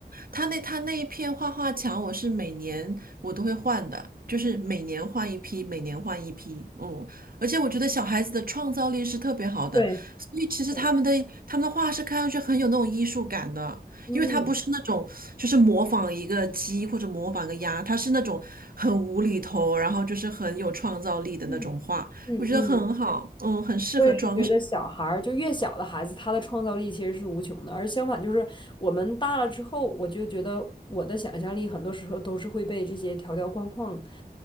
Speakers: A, on the right (about 60°); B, on the left (about 30°).
A: 他那他那一片画画墙，我是每年我都会换的，就是每年换一批，每年换一批。嗯，而且我觉得小孩子的创造力是特别好的，
B: 对。
A: 所以其实他们的他们的画是看上去很有那种艺术感的，
B: 对嗯
A: 因为他不是那种就是模仿一个鸡或者模仿一个鸭，他是那种很无厘头，然后就是很有创造力的那种画，
B: 嗯嗯嗯，
A: 我觉得很好，嗯，很适合装饰。
B: 我也是觉得小孩儿就越小的孩子，他的创造力其实是无穷的，而相反就是我们大了之后，我就觉得我的想象力很多时候都是会被这些条条框框